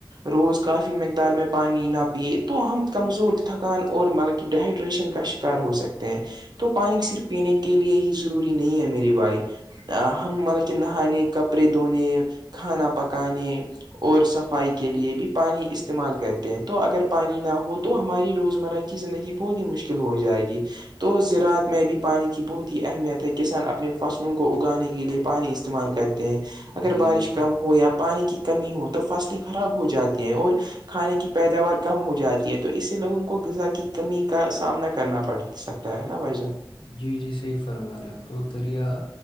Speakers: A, on the right; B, on the left.
A: روز کافی مقدار میں پانی نہ پیئے تو ہم کمزور تھکان اور مطلب کہ ڈہائیڈریشن کا شکار ہو سکتے ہیں تو پانی صرف پینے کے لیے ہی ضروری نہیں ہے میرے بھائی ہم مطلب کہ نہانے کپڑے دھونے کھانا پکانے اور صفائی کے لیے بھی پانی استعمال کرتے ہیں تو اگر پانی نہ ہو تو تو ہماری روزمرہ کی زندگی بہت ہی مشکل ہو جائے گی تو زرعات میں بھی پانی کی بہت ہی اہمیت ہے کسان اپنے فصلوں کو اگانے کے لیے پانی استعمال کرتے ہیں اگر
B: جی
A: بارش
B: جی جی
A: کم ہو یا پانی کی کمی ہو تو فصلیں خراب ہو جاتی ہیں اور کھانے کی پیداوار کم ہو جاتی ہے تو اس سے لوگوں کو غذا کی کمی کا سامنا کرنا پڑ سکتا تو ہے نا بائی جان
B: جی جی صحیح فرما رہے ہیں آپ تو دریا